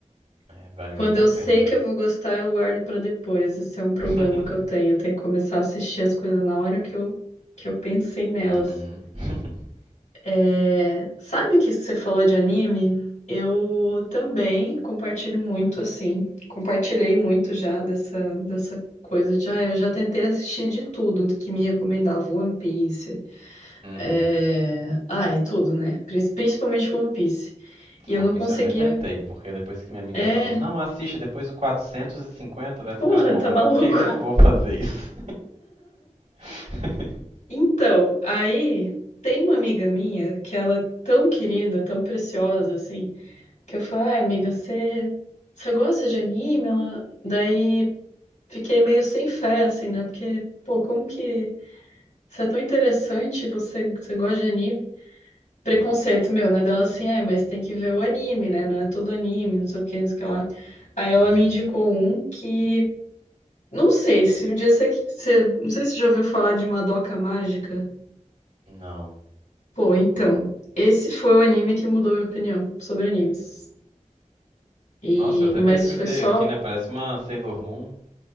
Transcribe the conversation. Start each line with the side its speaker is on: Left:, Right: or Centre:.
Right: É, vale
Left: Quando
Right: muito
Left: eu
Right: a pena.
Left: sei que eu vou gostar, eu guardo pra depois. Esse é um problema
Right: <laughs>
Left: que eu tenho. Eu tenho que começar a assistir as coisas na hora que eu, que eu pensei nelas.
Right: Uhum. <laughs>
Left: É, sabe que você falou de anime? Eu também compartilho muito, assim. Compartilhei muito já dessa, dessa coisa de. Ah, eu já tentei assistir de tudo que me recomendava. One Piece.
Right: Uhum.
Left: É... Ah, é tudo, né? Prin- Principalmente One Piece. E eu
Right: One
Left: não
Right: Piece
Left: conseguia.
Right: eu nem tentei, porque depois que minha amiga
Left: É.
Right: falou, não, assiste, depois do 450 vai ficar
Left: Porra,
Right: bom.
Left: tá maluco?
Right: Eu fiquei, eu não vou fazer isso. <laughs>
Left: Então, aí tem uma amiga minha que ela é tão querida, tão preciosa, assim, que eu falei, ai, amiga, você você gosta de anime? Ela... Daí fiquei meio sem fé, assim, né? Porque, pô, como que isso é tão interessante, você, você gosta de anime? Preconceito meu, né? Dela assim, é, mas tem que ver o anime, né? Não é todo anime, não sei o que, não sei o que lá. Aí ela
Right: Uhum.
Left: me indicou um que, não sei, se um dia você, você... não sei se você já ouviu falar de Madoka Mágica.
Right: Não.
Left: Pô, então, esse foi o anime que mudou minha opinião sobre animes. E,
Right: Nossa, eu até
Left: mas
Right: pesquisei
Left: foi só.
Right: aqui, né? Parece uma Sailor Moon.